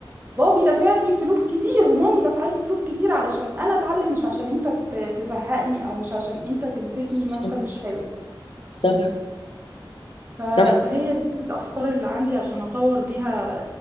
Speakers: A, on the right (about 25°); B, on the left (about 80°).
A: بابي دافع لي فلوس كتير ومامي دافعة لي فلوس كتير علشان أنا أتعلم مش عشان أنت ت- تزهقني أو مش عشان أنت تمسكني
B: صح
A: ماسكة مش حلوة
B: صح
A: ف-
B: صح
A: فهي دي الأفكار اللي عندي عشان أطور بيها